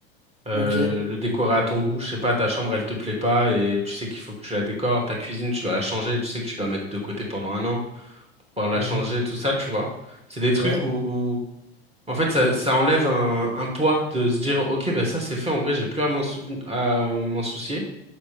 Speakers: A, on the right; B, on the right.
A: euh,
B: Ok.
A: le décorer à ton goût, je sais pas, ta chambre, elle te plaît pas et tu sais qu'il faut que tu la décores, ta cuisine, tu dois la changer, tu sais que tu dois mettre de côté pendant un an. pouvoir la
B: Mhm.
A: changer, tout ça, tu vois. C'est des trucs
B: Ouais.
A: où, où, en fait, ça, ça enlève un, un poids de se dire, ok, ben ça c'est fait, en vrai, j'ai plus à m'en souven- à m'en soucier.